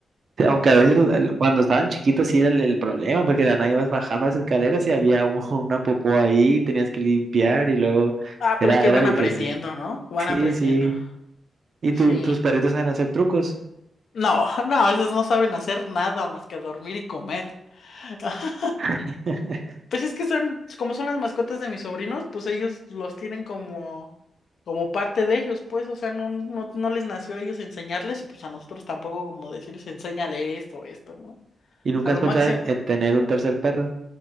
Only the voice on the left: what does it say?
Ah,
pero es que
van
aprendiendo, ¿no? Van
aprendiendo.
Sí.
No, <laughs> no, esas no saben hacer nada más que dormir y comer. <laughs>
Pues es que son, como son las mascotas de mis sobrinos, pues ellos los tienen como, como parte de ellos, pues, o sea, no, no, no les nació a ellos enseñarles y pues a nosotros tampoco como decirles, enséñale esto, esto, ¿no? O
sea, lo
máximo,